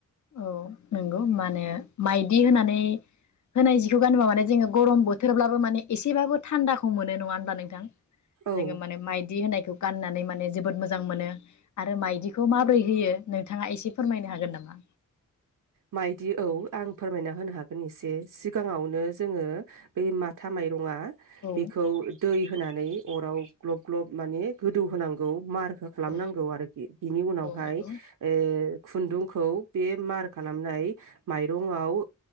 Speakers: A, on the left (about 60°); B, on the right (about 70°).
A: औ नंगौ माने माइदि होनानै होनाय जिखौ गानोबा माने जोङो गरम बोथोरब्लाबो माने एसेबाबो थान्दाखौ मोनो नङा होनबा नोंथां ।
B: औ
A: जोङो माने माइदि होनायखौ गाननानै माने जोबोद मोजां मोनो आरो मायदिखौ माबोरै होयो नोंथाङा एसे फोरमायनो हागोन नामा?
B: मायदि औ आं फोरमायना होनो हागोन एसे सिगाङावनो जोङो बै माथा माइ रुंआ
A: औ
B: बिखै दै होना नै अर आव ग्लब ग्लब माने गोदौ होनांगौ मार खो खालामनांगौ
A: औ
B: आरोखि बिनि उनावहाय
A: औ नंगौ।
B: ओ खुन्दुंखौ बे मार खालामनाय माइरंआव